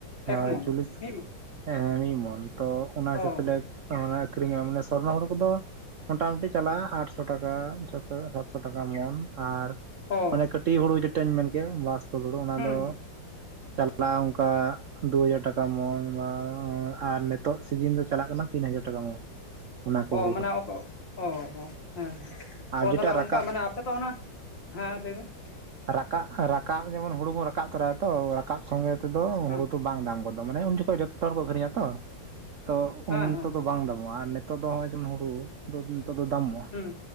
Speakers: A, on the left; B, on the right.
A: ᱮᱠ
B: ᱦᱳᱭ
A: ᱢᱚᱱ᱾
B: ᱪᱚᱞᱞᱤᱥ
A: ᱢᱤᱫ ᱢᱚᱱ
B: ᱦᱮᱸ ᱦᱮᱸ ᱢᱤᱜ ᱢᱚᱱ ᱛᱚ ᱚᱱᱟ ᱦᱤᱥᱟᱹᱵ
A: ᱚ
B: ᱛᱮᱞᱮ ᱚ ᱢᱟᱱᱮ ᱟᱠᱷᱨᱤᱧᱚᱜ-ᱟ ᱢᱟᱱᱮ ᱥᱚᱨᱱᱚ ᱦᱚᱲᱩ ᱠᱚᱫᱚ ᱢᱟᱴᱟ ᱢᱩᱴᱤ ᱪᱟᱞᱟᱜᱼᱟ ᱟᱴᱥᱚ ᱴᱟᱠᱟ, ᱪᱷᱚᱥᱚ, ᱥᱟᱛᱥᱚ ᱴᱟᱠᱟ ᱢᱚᱱ ᱟᱨ
A: ᱚ
B: ᱚᱱᱮ ᱠᱟᱹᱴᱤᱡ ᱦᱩᱲᱩ ᱡᱮᱴᱟᱧ ᱢᱮᱱ ᱠᱮᱜ-ᱟ ᱵᱟᱥᱯᱚ ᱦᱩᱲᱩ ᱚᱱᱟ
A: ᱦᱩᱸ
B: ᱫᱚ ᱪᱟᱞᱟᱜ-ᱟ ᱚᱝᱠᱟ ᱫᱩᱦᱟᱡᱟᱨ ᱴᱟᱠᱟ ᱢᱚᱱ ᱢᱟᱻ ᱟᱨ ᱱᱤᱛᱚᱜ ᱥᱤᱡᱤᱱ ᱫᱚ ᱪᱟᱞᱟᱜ ᱠᱟᱱᱟ ᱛᱤᱱᱦᱟᱡᱟᱨ ᱴᱟᱠᱟ ᱢᱚᱱ᱾ ᱚᱱᱟ ᱠᱚ
A: ᱚ
B: ᱦᱩᱲᱩ
A: ᱢᱟᱱᱮ,
B: ᱫᱚ
A: ᱚ ᱦᱮᱸ ᱦᱮᱸ,
B: ᱟᱨ
A: ᱚ
B: ᱡᱮᱴᱟ
A: ᱛᱟᱦᱚᱞᱮ ᱚᱝᱠᱟ
B: ᱨᱟᱠᱟᱵ
A: ᱢᱟᱱᱮ ᱟᱯᱮ ᱫᱚ ᱚᱱᱟ ᱦᱮᱸ ᱞᱟᱹᱭ <unintelligible>
B: ᱨᱟᱠᱟᱵ ᱨᱟᱠᱟᱵ ᱡᱮᱢᱚᱱ ᱦᱩᱲᱩ ᱵᱚᱱ ᱨᱟᱠᱟᱵ ᱛᱚᱨᱟᱭᱟ ᱛᱚ ᱨᱟᱠᱟᱵ ᱥᱚᱸᱜᱮ ᱛᱮᱫᱚ ᱦᱩᱲᱩ
A: ᱦᱮᱸ
B: ᱫᱚ ᱵᱟᱝ ᱫᱟᱢ ᱜᱚᱫᱚᱜ ᱢᱟᱱᱮ ᱩᱱ ᱡᱚᱠᱷᱚᱱ ᱡᱚᱛᱚ ᱦᱚᱲ ᱠᱚ ᱟᱠᱠᱷᱨᱤᱤᱧᱟ ᱛᱚ, ᱛᱚ
A: ᱦᱮᱸ
B: ᱩᱱ
A: ᱦᱮᱸ
B: ᱛᱮ ᱫᱚ ᱵᱟᱝ ᱫᱟᱢᱚᱜᱼᱟ ᱟᱨ ᱱᱮ ᱱᱤᱛᱚᱜ ᱫᱚ ᱦᱚᱸᱜ-ᱚᱭ ᱡᱮᱢᱚᱱ ᱦᱩᱲᱩ ᱱᱤᱛᱚᱜ ᱫᱚ ᱫᱟᱢᱚᱜᱼᱟ,
A: ᱦᱩᱸ